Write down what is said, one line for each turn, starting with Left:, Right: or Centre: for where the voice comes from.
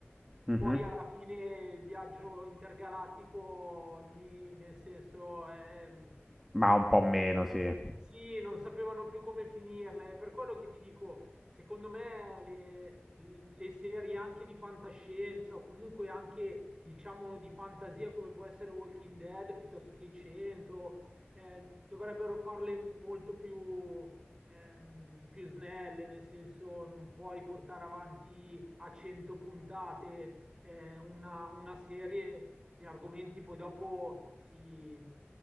Centre: Mhm.
Right: poi alla fine il viaggio intergalattico, ni- nel senso, ehm,
Centre: Ma un po' meno, sì.
Right: sì, non sapevano più come finirle. È Per quello che ti dico, secondo me le, le serie anche di fantascienza o comunque anche, diciamo, di fantasia come può essere Walking Dead piuttosto che i 100, eh, dovrebbero farle molto più ehm, più snelle, nel senso non puoi portare avanti a 100 puntate eh, una, una serie, gli argomenti poi dopo si,